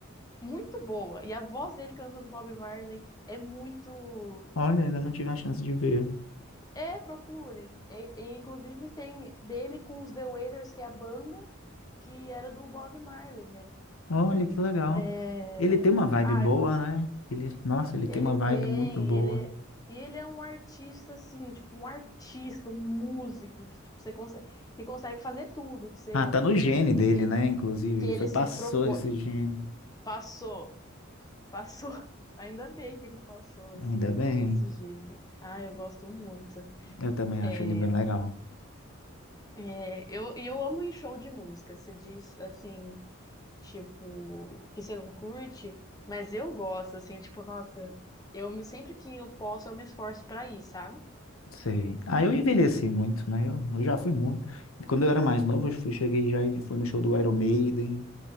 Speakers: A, on the left (about 20°); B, on the left (about 80°).
A: muito boa. E a voz dele cantando Bob Marley é muito.
B: Olha, ainda não tive a chance de ver.
A: É, procurem. E, e, inclusive tem dele com os The Wailers, que é a banda que era do Bob Marley, né?
B: Olha, que legal.
A: É...
B: Ele tem uma vibe
A: Ah,
B: boa,
A: agora.
B: né? Ele, nossa, ele
A: Ele
B: tem uma vibe
A: tem,
B: muito boa.
A: ele é, e ele é um artista assim, tipo um artista, um músico que tipo você consegue, que consegue fazer tudo que você
B: Ah, tá no gene dele,
A: que,
B: né? Inclusive,
A: que
B: ele
A: ele
B: foi, passou
A: se propôs,
B: esse gene.
A: passou, passou. <laughs> Ainda bem que ele passou esse
B: Ainda bem.
A: esse gênio. Ah, eu gosto muito.
B: Eu também
A: É,
B: acho ele bem legal.
A: é, eu e eu amo ir em show de música. Você diz assim, tipo, que você não curte, mas eu gosto assim, tipo, nossa, eu me sempre que eu posso, eu me esforço pra ir, sabe?
B: Sei. Ah, eu envelheci muito, né? Eu, eu já fui muito. Quando eu era mais novo, eu fui, cheguei já e fui no show do Iron Maiden.